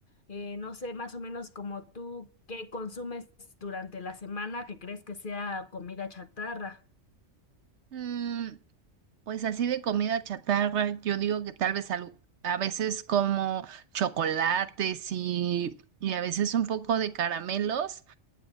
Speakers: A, on the left; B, on the right.
A: eh, no sé, más o menos como tú, ¿qué consumes durante la semana que crees que sea comida chatarra?
B: Mm, Pues así de comida chatarra, yo digo que tal vez algo- a veces como chocolates y, y a veces un poco de caramelos